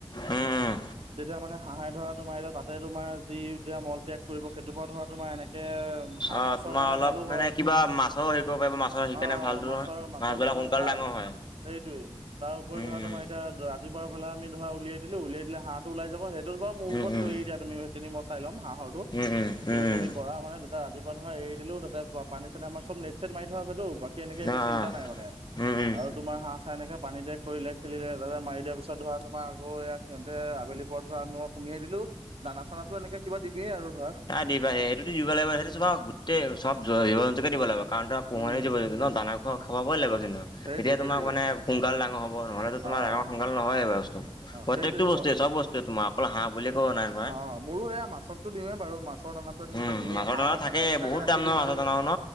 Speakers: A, on the left; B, on the right.
A: উম, উম।
B: যেতিয়া মানে হাঁহে ধৰা তোমাৰ এতিয়া তাতে তোমাৰ যি এতিয়া মল ত্যাগ কৰিব সেইটোৰ পৰা ধৰা তোমাৰ এনেকে হা
A: অ',
B: মাছৰ
A: তোমাৰ
B: কাৰণে
A: অলপ
B: ভালো
A: মানে
B: হয়,
A: কিবা মাছৰ হেৰি কৰিব পাৰিব মাছৰ সেইকাৰণে
B: অ',
A: ভালটো
B: মাছৰ-
A: নহয়।
B: মাছৰ
A: মাছবিলাক
B: কাৰণেও
A: সোনকালে
B: ভাল।
A: ডাঙৰ হয়
B: সেইটোৱে। তাৰ ওপৰি
A: উম,
B: ধৰা তোমাৰ এতিয়া ৰা ৰাতিপুৱা বোলা আমি ধৰা উলিয়াই দিলোঁ উলিয়াই দিলে হাঁহ ওলাই যাব সেইটোত বাৰু মোৰ
A: উম,
B: ওপৰত
A: উম,
B: এৰি দিয়া তুমি সেইখিনি মই চাই ল'ম হাঁহৰটো,
A: উম, উম, উম,
B: যদি
A: উম, উম,
B: তুমি কৰা মানে এ ৰাতিপুৱা ধৰা এৰি দিলোঁ, তাতে পানী চানী আমাৰ চব নেট চেট মাৰি থোৱা আছেতো বা কী এনেকে একো
A: অ', অ',
B: চিন্তা নাই মানে,
A: উম, উম,
B: আৰু তোমাৰ হাঁহ চাঁহ এনেকে পানীতে কৰিলে খেলিলে, তাতে মাৰি দিয়া পিছত ধৰা আমাৰ আকৌ ইয়াক সিহঁতে আবেলি পৰত ধৰা আমি সুমিয়াই দিলোঁ। দানা চানাতো এনেকে কিবা দিবিয়েই আৰু ধৰা।
A: দিবা সেইটোটো দিব লাগিব সেইটো তোমাৰ গোটেই চব জীৱ জন্তুকে দিব লাগিব কাৰণ, তোমাৰ পোহনীয়া
B: উম,
A: জীৱ জন্তু ন দানা খ খুৱাবই লাগিব কিন্তু,
B: সেইটোৱে
A: তেতিয়া
B: সেইটোৱে
A: তোমাক মানে সোনকাল ডাঙৰ হ'ব নহলেতো
B: অ',
A: তোমাৰ
B: অ',
A: ডাঙৰ সোনকাল নহয়েই এইবোৰ বস্তু।
B: অ',
A: প্ৰত্যেকটো
B: সেইটোৱে
A: বস্তুয়ে
B: হয়।
A: চব বস্তুয়ে তোমাৰ, অকল হাঁহ বুলি ক'ব নাই তোমাৰ
B: অ', মোৰো সেয়া মাছকটো দিওঁৱে বাৰু, মাছৰ দানা <unintelligible> এনেকে
A: উম
B: দিওঁৱেই
A: মাছৰ
B: হাঁহৰ
A: দানা থাকে
B: কাৰণে এক্সট্ৰাকে
A: বহুত
B: ৰাখি
A: দাম ন
B: দিম
A: মাছৰ
B: আৰু,
A: দানাও ন